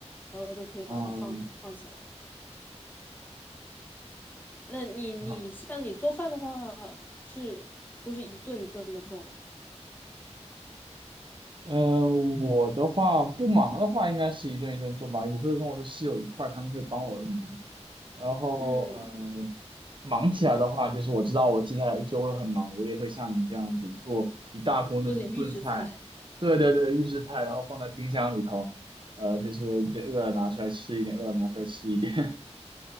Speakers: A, on the left (about 15°); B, on the right (about 45°).
A: 然后就可以把它放放起来。
B: 啊，
A: 那你你像你做饭的话，
B: 好，
A: 是都是一顿一顿的做吗？
B: 呃，我的话不忙的话，应该是一顿一顿做吧。我会跟我的室友一块儿，他们会帮我的忙。然后，
A: 嗯，
B: 呃，忙起来的话，就是我知道我接下来一周会很忙，我也会像你这样子做一大锅那种炖菜，
A: 做点预制菜。
B: 对对对，预制菜，然后放在冰箱里头，呃，就是就饿了拿出来吃一点，饿了拿出来吃一点，